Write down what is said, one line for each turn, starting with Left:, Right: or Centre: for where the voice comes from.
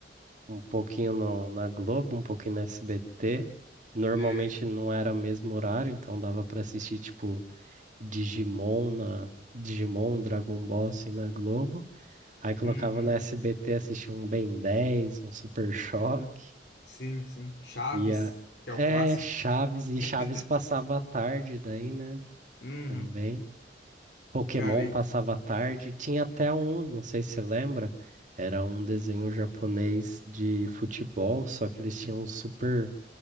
Right: um pouquinho no- na Globo, um pouquinho na SBT. Normalmente
Left: É.
Right: não era o mesmo horário, então dava pra assistir tipo Digimon na Digimon, Dragon Ball assim na Globo. Aí colocava
Left: Uhum.
Right: na SBT assistia um Ben dez, um Super Choque.
Left: Sim, sim. Chaves,
Right: E a...
Left: que é
Right: É,
Left: o clássico.
Right: Chaves, e
Left: <laughs>
Right: Chaves passava à tarde daí, né?
Left: Uhum.
Right: Também. Pokémon
Left: Cara, e,
Right: passava à tarde. Tinha até um, não sei se você lembra, era um desenho japonês de futebol, só que eles tinham um super